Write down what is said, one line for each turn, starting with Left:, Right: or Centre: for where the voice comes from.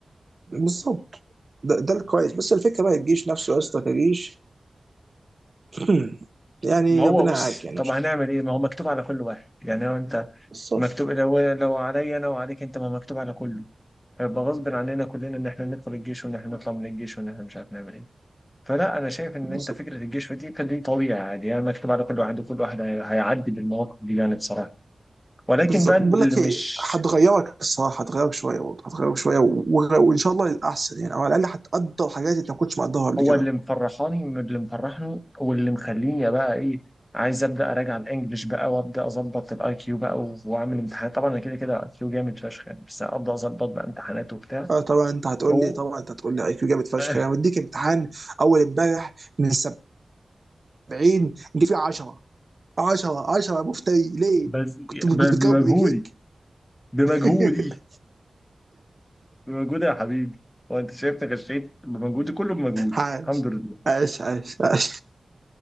Right: بالظبط ده, ده الكويس بس الفكره بقى الجيش نفسه يا اسطى كجيش <clears throat> يعني
Left: ما هو
Right: ربنا
Left: بص
Right: يعاك يعني
Left: طب
Right: مش
Left: هنعمل ايه ما هو مكتوب على كل واحد يعني لو انت
Right: بالظبط
Left: مكتوب لو لو عليا انا وعليك انت ما مكتوب على كله هيبقى غصب عننا كلنا ان احنا ندخل الجيش وان احنا نطلع من الجيش وان احنا مش عارف نعمل ايه فلا انا شايف ان
Right: بالظبط
Left: انت فكره الجشع دي كان دي طبيعي عادي يعني مكتوب على كل واحد وكل واحد هي- هيعدي بالمواقف دي يعني بصراحه ولكن
Right: بالظبط
Left: بقى اللي
Right: بقول لك
Left: مش
Right: ايه هتغيرك الصراحه هتغيرك شويه برضه هتغيرك شويه و- و- وان شاء الله للاحسن يعني او على الاقل هتقدر حاجات انت ما كنتش مقدرها قبل
Left: هو
Right: كده
Left: اللي مفرحاني من اللي مفرحني واللي مخليني بقى ايه عايز ابدا اراجع الانجليش بقى وابدا اظبط الاي كيو بقى و- واعمل امتحانات طبعا انا كده كده الاي كيو جامد فشخ يعني بس ابدا اظبط بقى امتحانات وبتاع
Right: آه طبعا انت هتقول
Left: هو
Right: لي طبعا انت هتقول لي اي كيو جامد فشخ
Left: <laughs>
Right: انا مديك امتحان اول امبارح من 70 جه فيه 10 10 10 يا مفتري ليه؟
Left: بس
Right: كنت كنت
Left: ب- بمجهودي
Right: بتجاوب برجليك
Left: بمجهودي
Right: <laughs>
Left: بمجهودي يا حبيبي وانت شايفني غشيت بمجهودي كله بمجهودي
Right: عاش
Left: الحمد لله
Right: عاش عاش عاش